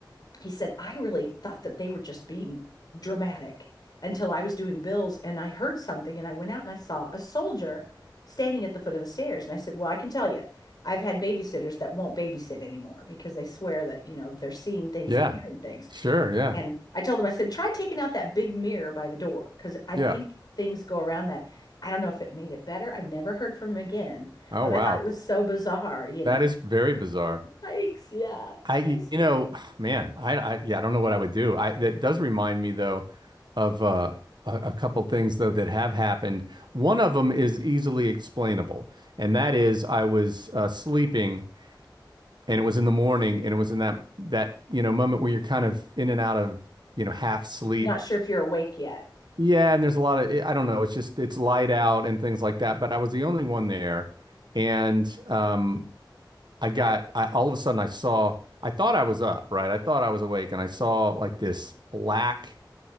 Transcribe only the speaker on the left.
he said, I really thought that they were just being dramatic until I was doing bills and I heard something and I went out and I saw a soldier standing at the foot of the stairs. And I said, Well, I can tell you, I've had babysitters that won't babysit anymore because they swear that, you know, they're seeing things
and hearing things.
And I told him, I said, try taking out that big mirror by the door because I
think things go around that. I don't know if it made it better. I never heard from him again,
but
I thought it was so bizarre, you
know.
Yikes, yeah,
kind of scary.
Not sure if you're awake yet.